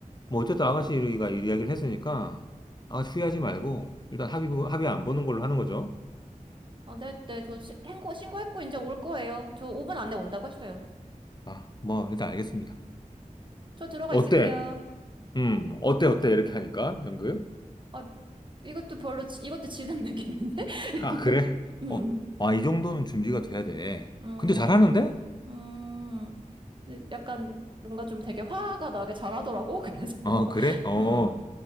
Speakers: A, on the left; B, on the right.
A: 뭐 어쨌든 아가씨가 이 이야기를 했으니까 아가씨 후회하지 말고 일단 합의 합의 안 보는 걸로 하는 거죠.
B: 아, 네, 네. 저 시- 행고, 신고했고 이제 올 거예요. 저 5분 안에 온다고 했어요.
A: 아, 뭐 일단 알겠습니다.
B: 저 들어가
A: 어때?
B: 있을게요.
A: 음, 어때 어때 이렇게 하니까 연극?
B: 아, 이것도 별로, 지- 이것도 지는 느낌인데? <laughs>
A: 아, 그래?
B: 음,
A: 어, 아, 이 정도는 준비가 돼야 돼.
B: 음,
A: 근데 잘하는데?
B: 음. 근데 약간 뭔가 좀 되게 화가 나게 잘하더라고. 그래서,
A: 어, 그래?
B: <laughs>
A: 어,
B: 음,